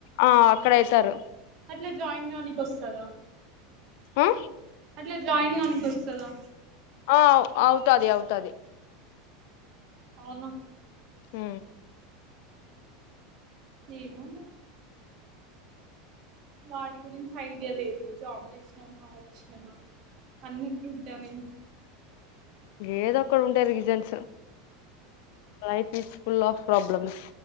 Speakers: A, on the left (about 50°); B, on the right (about 35°).
A: ఆ అక్కడ అయితారు
B: అట్లా జాయిన్ కానికి వస్తదా
A: ఆ
B: అట్లా జాయిన్ కానికి వస్తదా
A: ఆ అవుతది అవుతది
B: అవును
A: ఉ
B: ఏమో వాటి గురించి ఐడియా లేదు జాబ్ చేసినామా వచ్చినామా అన్నట్టుంట నేను
A: ఏదొ అక్కడ ఉండే రీజన్స్ వాయిస్ తీస్ ఫుల్లాఫ్ ప్రాబ్లమ్స్